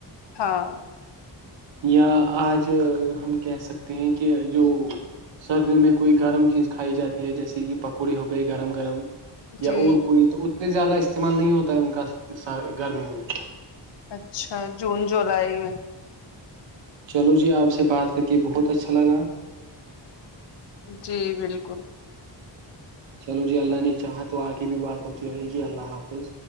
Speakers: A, on the left (about 70°); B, on the right (about 85°).
A: ہاں
B: یا آج ہم کہہ سکتے ہیں کہ جو سردیوں میں کوئی گرم چیز کھائی جاتی ہے جیسے کہ پکوڑی ہو گئے گرم گرم
A: جی
B: یا اور کوئی تو اتنے زیادہ استعمال نہیں ہوتا ہے ان کا گرمیوں میں
A: اچھا جون جولائی میں
B: چلو جی آپ سے بات کر کے بہت اچھا لگا
A: جی بالکل
B: چلو جی اللہ نے چاہا تو آگے بھی بات ہوتی رہے گی اللہ حافظ